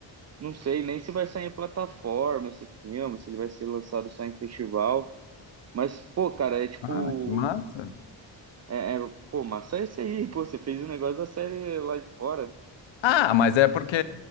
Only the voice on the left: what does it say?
Ah, que massa.
Ah, mas é porque,